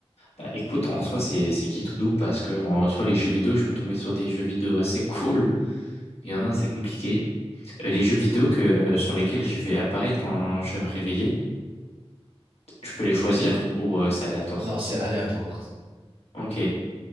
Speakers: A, on the left; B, on the right.
A: Bah, écoute, en soi, c'est, c'est qui tout doux parce que, en soi, les jeux vidéo, je peux tomber sur des jeux vidéo assez cool Il y en a, c'est compliqué. Euh, les jeux vidéo que, euh, sur lesquels je vais apparaître quand je vais me réveiller, je peux les choisir ou euh, c'est aléatoire?
B: Non, c'est aléatoire.
A: Ok.